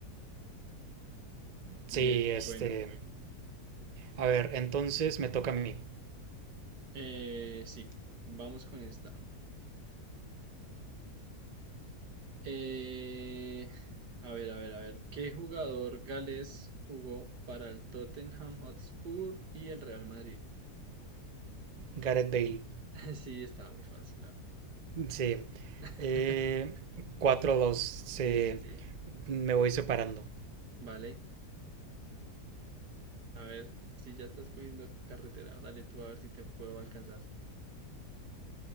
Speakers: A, on the right; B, on the right.
A: Sí,
B: Bien,
A: este.
B: bueno.
A: A ver, entonces me toca a mí.
B: Eh, sí, vamos con esta. Eh, a ver, a ver, a ver. ¿Qué jugador galés jugó para el Tottenham Hotspur y el Real Madrid?
A: Gareth Bale.
B: <laughs> Sí, estaba muy fácil. la verdad.
A: Sí.
B: <laughs>
A: Eh, 4-2. Se...
B: Sí, sí, sí.
A: Me voy separando.
B: Vale. A ver, si ya estás cogiendo carretera, dale tú a ver si te puedo alcanzar.